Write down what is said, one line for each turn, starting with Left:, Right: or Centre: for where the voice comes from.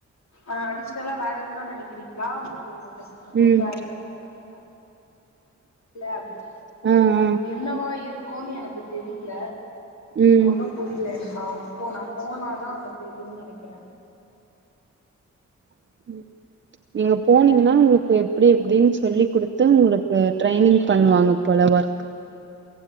Left: ஆ அடிஷ்னலா வேற எதுன்னா நெனக்கிறீங்ளா உங்ளுக்கு இந்த இது பத்தி
Right: ம்
Left: வேற எதுனா தெரிமான் கே இல்ல அப்டின்
Right: ஆ ஆ
Left: என்னவா இருக்குன் எனக்கு தெரில
Right: ம்
Left: ஒண்ணு புரில எனக்கு அவுங் போ நா போனா தா அங்க தெரியுன் நெனக்கிறே
Right: <inaudible> நீங்க போனீங்கன்னா உங்ளுக்கு எப்டி எப்டின் சொல்லி குடுத்து உங்ளுக்கு ட்ரெய்னிங் பண்ணுவாங்க போல ஒர்க்